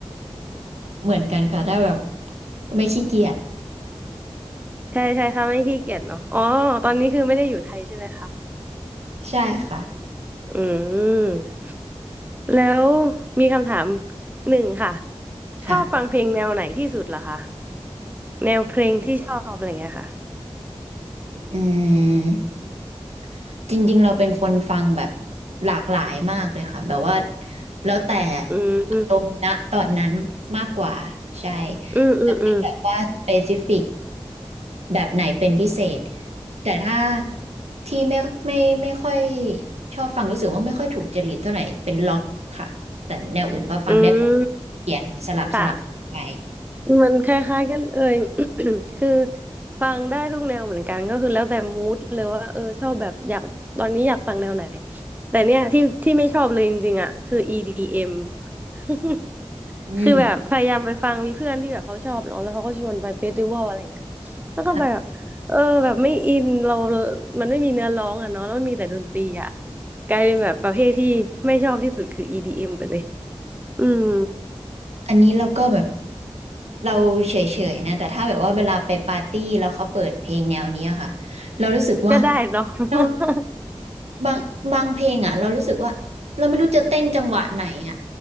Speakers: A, on the right; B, on the right.
A: เหมือนกันค่ะถ้าแบบไม่ขี้เกียจ
B: ใช่ใช่ถ้าไม่ขี้เกียจเนาะอ๋อตอนนี้คือไม่ได้อยู่ไทยใช่ไหมคะ
A: ใช่ค่ะ
B: อืมแล้วมีคำถามหนึ่งค่ะ
A: ค่ะ
B: ชอบฟังเพลงแนวไหนที่สุดเหรอคะแนวเพลงที่ชอบอะไรเงี้ยค่ะ
A: อืม จริงๆเราเป็นคนฟังแบบหลากหลายมากเลยค่ะแบบว่าแล้วแต่
B: อืม
A: อารมณ์ณตอนนั้นมากกว่าใช่
B: อืมอืมอืม
A: แต่ไม่แบบว่าสเปซิฟิกแบบไหนเป็นพิเศษแต่ถ้าที่ไม่ไม่ไม่ค่อยชอบฟังรู้สึกว่าไม่ค่อยถูกจริตเท่าไหร่เป็นล็อกค่ะแต่แนวอื่นก็ฟังได้แบบเปลี่ยนสลับสลับไป
B: อืมค่ะมันคล้ายๆกันเลย <coughs> คือฟังได้ทุกแนวเหมือนกันก็คือแล้วแต่มูดเลยว่าเออชอบแบบอยากตอนนี้อยากฟังแนวไหนแต่เนี่ยที่ที่ไม่ชอบเลยจริงๆอ่ะคือ EDM <laughs>
A: อืม
B: คือแบบพยายามไปฟังมีเพื่อนที่แบบเขาชอบเนาะแล้วเขาก็ชวนไปเฟสติวัลอะไรเงี้ยแล้วก็แบบเออแบบไม่อินเรา
A: ค่ะ
B: มันไม่มีเนื้อร้องอ่ะเนาะแล้วมันมีแต่ดนตรีอ่ะกลายเป็นแบบประเภทที่ไม่ชอบที่สุดคือ EDM ไปเลยอืม
A: อันนี้เราก็แบบ เราเฉยๆนะแต่ถ้าแบบว่าเวลาไปปาร์ตี้แล้วเขาเปิดเพลงแนวเนี้ยค่ะเรารู้สึกว่า
B: ก็ได้เนาะ <laughs>
A: เราบางบางเพลงอ่ะเรารู้สึกว่าเราไม่รู้จะเต้นจังหวะไหนอ่ะ